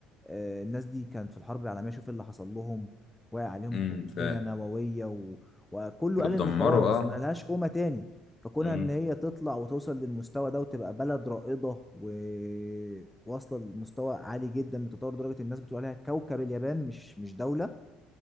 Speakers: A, in the centre; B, on the left.
A: آه الناس دي كانت في الحرب العالمية شوف إيه اللي حصل لهم وقع عليهم
B: امم
A: قنبلة
B: ف
A: نووية و... وكله
B: بتدمروا
A: قال ان خلاص
B: اه
A: ما لهاش قومة تاني فكونها
B: امم
A: ان هي تطلع وتوصل للمستوى ده وتبقى بلد رائدة وواصلة لمستوى عالي جدا من تطور درجة الناس بتقول عليها كوكب اليابان مش مش دولة